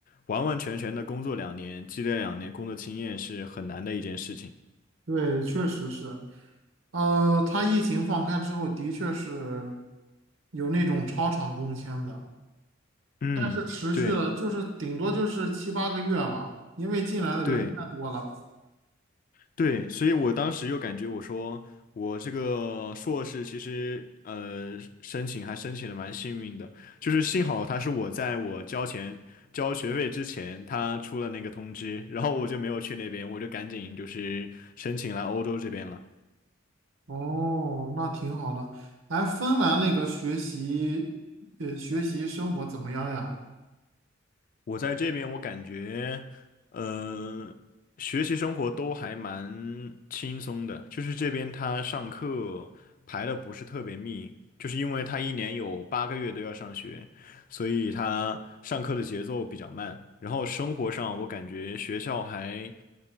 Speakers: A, on the left (about 45°); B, on the right (about 80°).
A: 完完全全的工作两年，积累两年工作经验是很难的一件事情。
B: 对，确实是，呃，他疫情放开之后，的确是有那种超长工签的，
A: 嗯，
B: 是持续了，
A: 对
B: 就是顶多就是七八个月吧，因为进来的人太多了。
A: 对。对，所以我当时又感觉我说我这个硕士其实呃申请还申请的蛮幸运的，就是幸好他是我在我交钱交学费之前他出了那个通知，然后我就没有去那边，我就赶紧就是申请来欧洲这边了。
B: 哦，那挺好的。哎，芬兰那个学习，呃，学习生活怎么样呀？
A: 我在这边，我感觉，嗯，学习生活都还蛮轻松的。就是这边他上课排的不是特别密，就是因为他一年有八个月都要上学，所以他上课的节奏比较慢。然后生活上，我感觉学校还